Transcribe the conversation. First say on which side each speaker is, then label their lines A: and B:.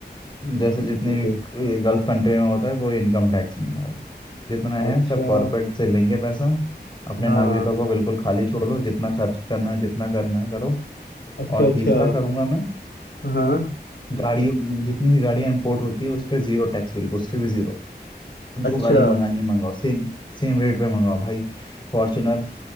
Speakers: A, on the left; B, on the left.
A: जैसे
B: बिल्कुल
A: जितनी भी ये गल्फ कंट्री में होता है कोई इनकम टैक्स नहीं है भाई जितना है
B: अच्छा
A: सब कॉर्पोरेट से लेंगे पैसा अपने
B: हाँ
A: नागरिकों को बिल्कुल खाली छोड़ दो जितना खर्च करना है जितना करना है करो
B: अच्छा
A: और
B: अच्छा
A: तीसरा करूंगा मैं
B: हाँ
A: गाड़ियों जितनी भी गाड़ियां इंपोर्ट होती है उस पर जीरो टैक्स बिल्कुल उस पर भी जीरो जो
B: अच्छा
A: गाड़ी मंगानी है मंगाओ सेम सेम रेट पे मंगाओ भाई फॉर्च्यूनर